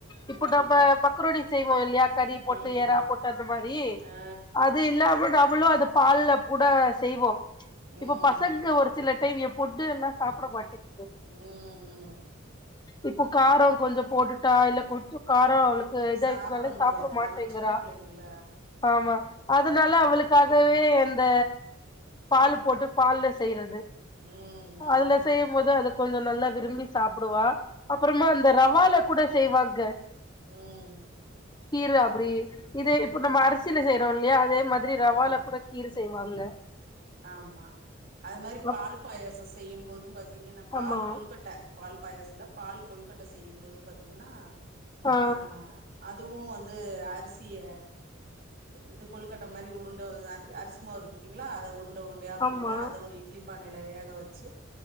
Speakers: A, on the left (about 20°); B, on the right (about 55°).
A: இப்போ
B: ம்
A: நம்ம மக்ரோன் செய்வோ இல்லியா கறி
B: ம்
A: போட்டு எறா போட்டு அந்த மாரி
B: ஆ
A: அது இல்லாம நம் ங்களு அது பால்ல கூட செய்வோ
B: ம்
A: இப்ப பசங்க ஒரு சில சேமியா போட்டு எல்லா சாப்ட மாட்டேங்
B: ம் ம்
A: இப்ப காரம் கொஞ்சம் போட்டுட்டா இல்ல கொஞ்ச காரம் அவளு க்கு இதாச்சுன்னாலே
B: சாப்ட முடியாது
A: சாப்பிட மாட்டேங்கிறா
B: ஆமா சின்ன பிள்ளைங்கல்ல
A: ஆமா அதனால அவளுக் க்காகவே இந்த பால் போட்டு பால்ல செய்யறது
B: ம் ம்
A: அதுல செய்யும் போது அது கொஞ்சம் நல்லா விரும்பி சாப்பிடுவா அப்பறமா அந்த ரவால கூட சேவ கா
B: உம்
A: கீர அப்படி இது இப்ப நம்ம அரிசியில செய்யறோ இல்லையா அதே மாரி
B: ம்
A: ரவால கூட கீர செய்வாங்க
B: ஆமா அது மாரி
A: அப்-
B: பால் பாயாசோ செய்யும் போதும் பா த்தீங்கன்னா பால்
A: ஆமா
B: கொழுக்கட்ட பால் பாயசல பால் கொலுகட்ட செய்யும்போது பாத்தீங்கன்னா
A: ஆ
B: அ அது அதுவு வந்து அரிசிய இது கொழுக்கட்ட மாரி உருண்ட அரிசி மாவு இருக்கு பாத்திங்களா அத உருண்ட உருண்டயா போட்டு
A: ஆமா
B: அத ஒரு இட்லி பானையில வேக வெச்சு